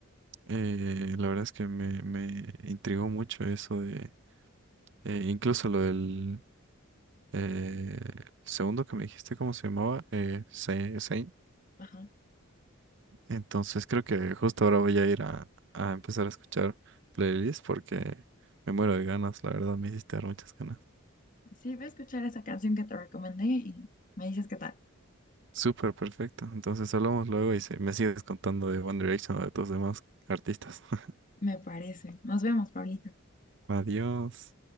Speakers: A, on the right (about 55°); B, on the left (about 40°).
A: eh, la verdad es que me, me intrigó mucho eso de, eh, incluso lo del eh, segundo que me dijiste, ¿cómo se llamaba? Eh, Sa- Saint.
B: Ajá.
A: Entonces creo que justo ahora voy a ir a, a empezar a escuchar playlists porque me muero de ganas, la verdad, me hiciste dar muchas ganas.
B: Sí, voy a escuchar esa canción que te recomendé y me dices qué tal.
A: Súper perfecto, entonces hablamos luego y se- me sigues contando de One Direction o de tus demás artistas. <laughs>
B: Me parece. Nos vemos, Pablito.
A: Adiós.